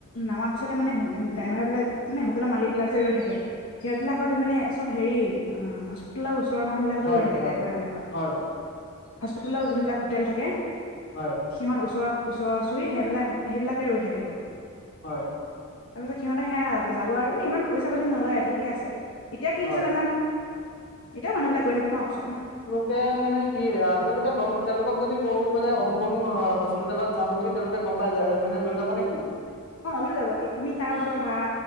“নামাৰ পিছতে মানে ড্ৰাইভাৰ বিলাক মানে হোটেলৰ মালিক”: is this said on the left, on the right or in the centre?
Left